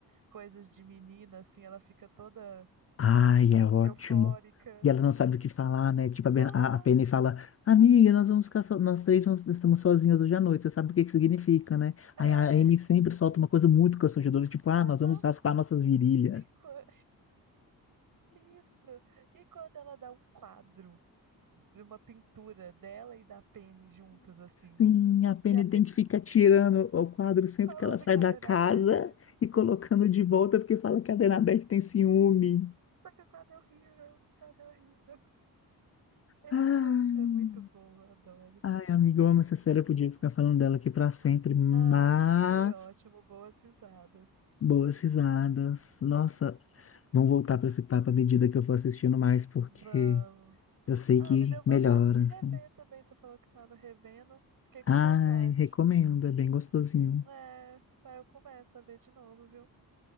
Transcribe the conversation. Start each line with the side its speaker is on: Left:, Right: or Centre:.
Right: coisas de menina, assim, ela fica toda
Left: Ai, é ótimo.
Right: eufórica.
Left: E ela não sabe o que falar, né? Tipo, a, Ben-
Right: Aham,
Left: a a Penny fala, amiga, nós vamos ficar so... nós três vamos- estamos sozinhas hoje à noite, você sabe o que que significa, né? Aí
Right: é,
Left: a Amy sempre solta uma coisa muito constrangedora, tipo, ah,
Right: aham.
Left: nós vamos raspar nossas virilhas.
Right: E, co- Isso. E quando ela dá um quadro de uma pintura dela e da Penny juntas, assim.
Left: Sim, a Penny
Right: E a Penny
Left: tem que ficar tirando o quadro sempre
Right: falando
Left: que ela sai
Right: que é
Left: da
Right: a Bernadette.
Left: casa e colocando de volta porque fala que a Bernadette tem ciúme.
Right: Só que o quadro é horrível. O quadro é horrível. Isso,
Left: Ai,
Right: isso é muito bom, eu adoro.
Left: ai, amiga, eu amo essa série, eu podia ficar falando dela aqui pra sempre, mas
Right: Ai, foi ótimo, boas risadas.
Left: boas risadas. Nossa, vão voltar pra esse papo à medida que eu for assistindo mais, porque
Right: Vamos.
Left: eu sei
Right: Ah,
Left: que
Right: me deu vontade
Left: melhora,
Right: de rever
Left: assim.
Right: também. Você falou que tava revendo. Fiquei com
Left: Ai,
Right: vontade.
Left: recomendo, é bem gostosinho.
Right: É, se pá, eu começo a ver de novo, viu?